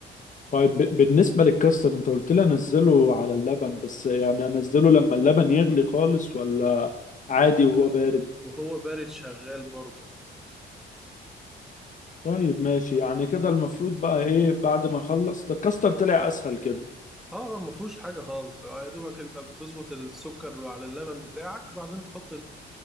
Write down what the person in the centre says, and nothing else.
لا
لا
وهو بارد شغال برضه
اه ما فيهوش حاجة خالص آه، يا دوبك انت بتظبط السكر على اللبن بتاعك بعدين تحط